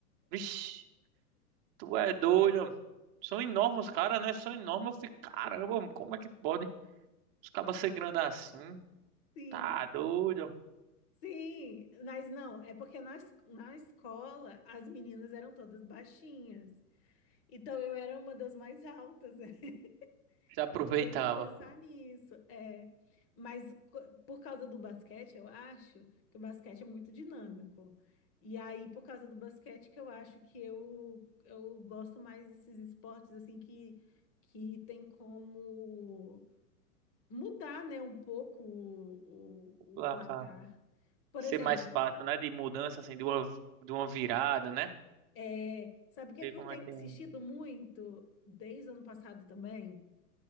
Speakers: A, on the right (about 40°); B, on the left (about 30°).
A: vixe, tu é doido, mano. são enormes os caras, né, são enormes, eu fico, caramba, mano, como é que pode? Os cabas ser grande assim.
B: Sim.
A: Tá doido.
B: Sim, mas não, é porque na, es- na escola as meninas eram todas baixinhas. Então eu era uma das mais altas, né? <laughs>
A: Já aproveitava.
B: Também tem que pensar nisso. É. Mas co- por causa do basquete, eu acho que o basquete é muito dinâmico. E aí, por causa do basquete, que eu acho que eu, eu gosto mais desses esportes assim que, que tem como mudar, né, um pouco o, o
A: Pra
B: o placar.
A: cá.
B: Por
A: Ser
B: exemplo.
A: mais fácil, né? De mudança, assim, de uma, de uma virada, né?
B: É, sabe o que
A: Sei
B: é que
A: como
B: eu tenho
A: é que é.
B: assistido muito desde o ano passado também?